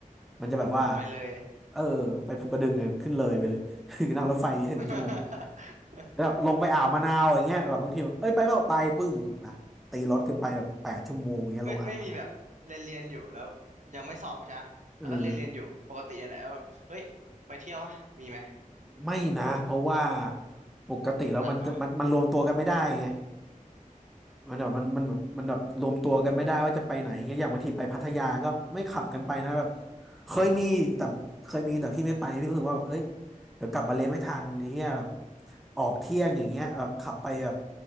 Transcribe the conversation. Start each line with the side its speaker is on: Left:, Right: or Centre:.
Centre: มันจะแบบว่า
Right: ไปเลย
Centre: เออไปภูกระดึงไงมันขึ้นเลยไปเลย <laughs> นั่งรถไฟสิบเอ็ดชั่วโมง
Right: อ่า <laughs>
Centre: แบบลงไปอ่าวมะนาวอย่างเงี้ยแบบบางทีแบบเอ้ยไปเปล่าไปปึ้งอ่ะตีรถกันไปแบบแปดชั่วโมงเงี้ยลงอ่าวมะนาว
Right: ไม่ไม่มีแบบเรียนเรียนอยู่แล้วยังไม่สอบใช่ไหมแล้วก็เรียนเรียนอยู่ปกตินั่นแหละแล้วแบบเฮ้ยไปเที่ยววะมีไหม
Centre: เออไม่นะเพราะว่าปกติแล้วมันจะมันมันรวมตัวกันไม่ได้ไง
Right: หนักเหรอ
Centre: มันแบบมันมันแบบมันแบบรวมตัวกันไม่ได้ว่าจะไปไหนเงี้ยอย่างบางทีไปพัทยาก็ไม่ขับกันไปนะแบบเคยมีแต่เคยมีแต่พี่ไม่ไปพี่รู้สึกว่าแบบเอ้ยเดี๋ยวกลับมาเรียนไม่ทันเฮียแบบออกเที่ยงอย่างเงี้ยแบบขับไปแบบ